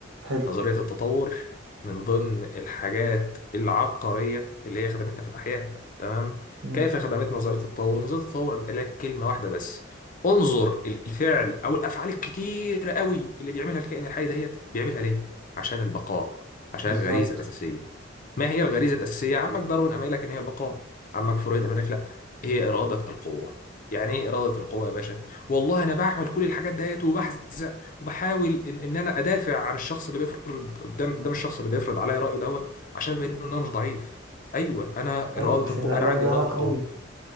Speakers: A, on the right; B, on the left.
A: حلو
B: نظرية التطور من ضمن الحاجات العبقرية اللي هي خدمتنا في الأحياء تمام
A: امم
B: كيف خدمت نظرية التطور نظرية التطور قامت قايلة لك كلمة واحدة بس انظر الفعل أو الأفعال الكتيرة قوي اللي بيعملها الكائن الحي دهيت بيعملها ليه عشان البقاء عشان
A: بالظبط
B: الغريزة الأساسية ما هي الغريزة الأساسية عمك داروين قام قايل لك إن هي البقاء عمك فرويد قام قايل لك لا هي إرادة القوة يعني ايه إرادة القوة يا باشا؟ والله أنا بعمل كل الحاجات دهيت وبحزن وبحاول ان, إن انا ادافع عن الشخص اللي بيفرض قدام قدام الشخص اللي بيفرض عليا رايه دوت عشان ابين له ان انا مش ضعيف ايوه انا
A: ايوه
B: اراده
A: عشان
B: القوه
A: ابان
B: انا عندي
A: ان انا
B: اراده
A: قوي
B: القوه